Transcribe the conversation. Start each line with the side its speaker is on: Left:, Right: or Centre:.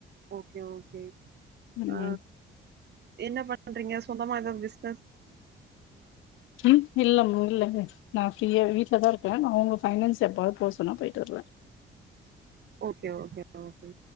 Right: ஒகே ஒகே
Left: ம்.
Right: அ என்ன பண்றீங்க சொந்தமா ஏதாவது பிஸ்
Left: உம் இல்லமு இல்லமு நா ஃப்ரீயா வீட் வீட்லதா இருக்க நா அவங்க ஃபைனான்ஸ் எப்பாவது போ சொன்னா போயிட்டு வருவ
Right: ஓகே ஓகே ஓகே